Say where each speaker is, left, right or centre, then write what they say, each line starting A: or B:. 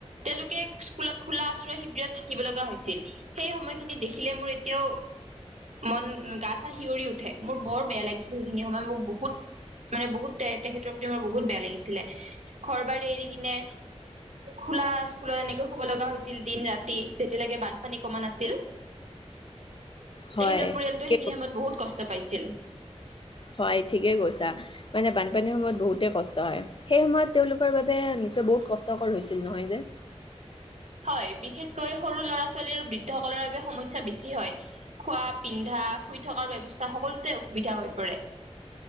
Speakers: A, on the right; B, on the left.
A: তেওঁলোকে স্কুলত খোলা আশ্ৰয় শিবিৰত থাকিব লগা হৈছিল। সেই সময়খিনি দেখিলে মোৰ এতিয়াওঁ মন, গা চা শিঞৰি উঠে, মোৰ বৰ বেয়া লাগিছিলে, সেইখিনি সময়ত মোক বহুত মানে বহুত তে তেখেতৰ প্ৰতি মোৰ বহুত বেয়া লাগিছিলে, ঘৰ-বাৰী এৰি কিনে খোলা স্কুলত এনেকৈ শুব লগা হৈছিল দিন ৰাতি, যেতিয়ালৈকে বানপানী কমা নাছিল। তেখেতৰ
B: হয়।
A: পৰিয়ালটোৱে সেইখিনি সময়ত বহুত কষ্ট পাইছিল।
B: হয় ঠিকেই কৈছা, মানে বানপানীৰ সময়ত বহুতেই কষ্ট হয়। সেই সময়ত তেওঁলোকৰ বাবে নিশ্চয় বহুত কষ্টকৰ হৈছিল নহয় নে।
A: হয়, বিশেষকৈ সৰু ল'ৰা-ছোৱালীৰ আৰু বৃদ্ধসকলৰ বাবে সমস্যা বেছি হয়। খোৱা, পিন্ধা, শুই থকাৰ ব্যৱস্থা সকলোতে অসুবিধা হৈ পৰে।